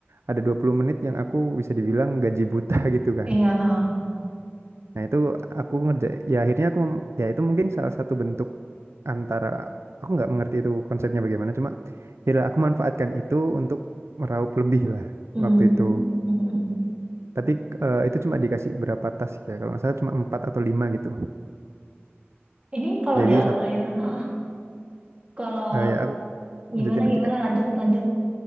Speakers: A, on the right; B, on the right.
A: ada 20 menit yang aku bisa dibilang gaji buta <laughs> gitu kan.
B: Iya, ha.
A: Nah itu aku ngerja, ya akhirnya aku, mem- ya itu mungkin salah satu bentuk antara, aku nggak mengerti itu konsepnya bagaimana, cuma ya lah, aku manfaatkan itu untuk meraup lebih lah
B: Hmm.
A: waktu itu.
B: <laughs>
A: Tapi eh, itu cuma dikasih berapa tas ya, kalau nggak salah cuma empat atau lima gitu.
B: Ini kalau
A: Jadi
B: di outlier,
A: sat,
B: hah? Kalau
A: eh, ya aku
B: gimana
A: lanjutin aja
B: gimana
A: kak.
B: lanjut lanjut.